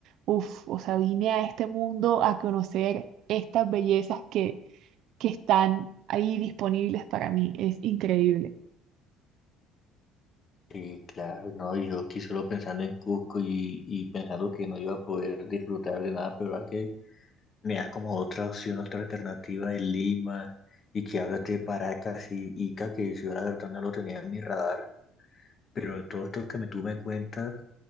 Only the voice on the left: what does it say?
Sí, claro, no, yo aquí solo pensando en Cusco y, y pensando que no iba a poder disfrutar de nada, pero ahora que me das como otra opción, otra alternativa en Lima y que hablas de Paracas y Ica, que si yo la verdad no lo tenía en mi radar, pero todo esto que me, tú me cuentas